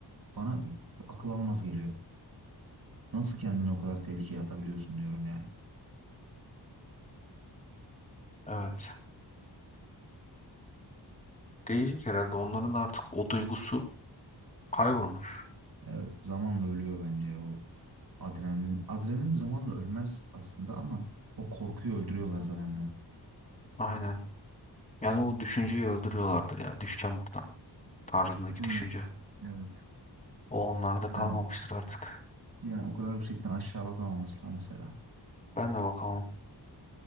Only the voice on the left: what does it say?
Evet. Değişik herhalde onların artık o duygusu kaybolmuş.
Aynen. Yani o düşünceyi öldürüyorlardır ya. Düşeceğim buradan. Tarzındaki
düşünce.
O onlarda kalmamıştır
artık.
Ben de bakamam.